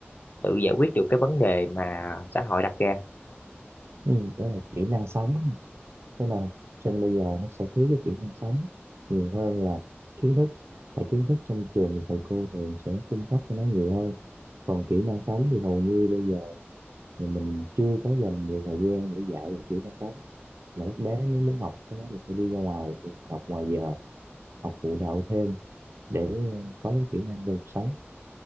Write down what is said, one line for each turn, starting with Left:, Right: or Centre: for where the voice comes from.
Left: tự giải quyết được cái vấn đề mà xã hội đặt ra
Right: ừ. đó là kỹ năng sống thế là sinh bây giờ nó sẽ thiếu cái kỹ năng sống nhiều hơn là kiến thức tại kiến thức trong trường thì thầy cô thường sẽ cung cấp cho nó nhiều hơn còn kỹ năng sống thì hầu như bây giờ thì mình chưa có dành nhiều thời gian để dạy kỹ năng sống mà các bé nếu muốn học cái đó thì phải đi ra ngoài để học ngoài giờ học phụ đạo thêm để ờ, có cái kỹ năng về cuộc sống